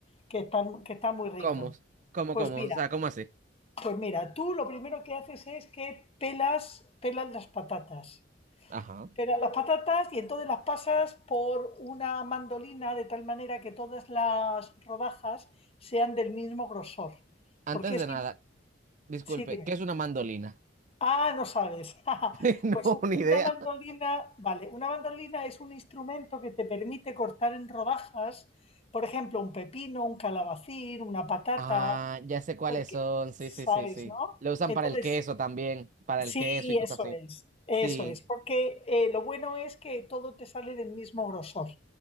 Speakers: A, on the left (about 30°); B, on the right (about 45°).
A: que están, que están muy ricos.
B: ¿Cómo? ¿Cómo,
A: Pues
B: cómo?
A: mira,
B: O sea, ¿cómo así?
A: pues mira, tú lo primero que haces es que pelas, pelas las patatas.
B: Ajá.
A: Pero las patatas y entonces las pasas por una mandolina de tal manera que todas las rodajas sean del mismo grosor.
B: Antes
A: Porque
B: de
A: sí,
B: nada, disculpe,
A: sí, dime.
B: ¿qué es una mandolina?
A: Ah, no sabes. <laughs>
B: <laughs> No,
A: Pues u-
B: ni idea.
A: una mandolina, vale, una mandolina es un instrumento que te permite cortar en rodajas, por ejemplo, un pepino, un calabacín, una patata,
B: Ah, ya sé cuáles
A: porque
B: son. Sí,
A: sabes,
B: sí, sí, sí.
A: ¿no?
B: Lo usan
A: Entonces,
B: para el queso también, para
A: sí,
B: el queso y cosas
A: eso
B: así.
A: es, eso
B: Sí,
A: es, porque eh, lo bueno es que todo te sale del mismo grosor.